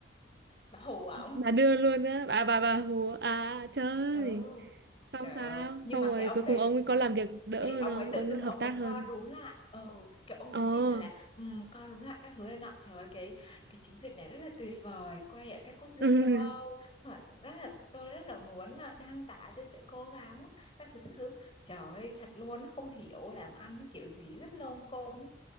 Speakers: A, on the left; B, on the right.
A: bà hù ổng
B: Bà đưa luôn á Bà bà bà hùa À trời
A: ừ
B: Xong
A: trời
B: sao
A: ơi nhưng
B: Xong
A: mà
B: rồi
A: cái ông
B: cuối
A: đấy
B: cùng ông ấy có làm việc đỡ
A: thì ông
B: hơn không
A: ấy tự
B: Ông
A: dưng
B: ấy hợp
A: ông
B: tác
A: ấy
B: hơn
A: co
B: không?
A: rúm lại ừ kiểu ông nhắn
B: Ờ
A: tin lại là um, co rúm lại các thứ này nọ trời ơi cái cái chiến dịch này rất là tuyệt vời quay ở các quốc gia
B: <laughs>
A: châu Âu Hỏi rất là tôi rất là muốn là đăng tải tôi sẽ cố gắng các thứ các thứ trời ơi thật luôn nó không hiểu làm ăn cái kiểu gì rất lôm côm nhé